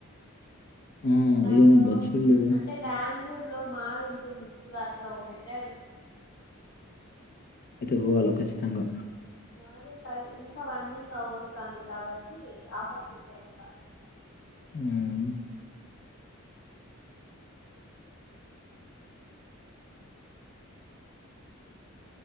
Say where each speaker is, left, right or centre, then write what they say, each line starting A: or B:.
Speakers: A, on the left; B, on the left.
A: ఆ
B: దాంట్లో
A: ఏమో బచ్చులు లేదే
B: అంటే బెంగళూరు మాలు ఉంటుంది చూడు లో పెట్టారు
A: అయితే పోవలో ఖచ్చితంగా
B: అదే సా ఇంకా వన్ వీక్ అవ్వ వస్తుంది కాబట్టి ఆఫర్స్ ఉంటాయి ఇంకా
A: ఉమ్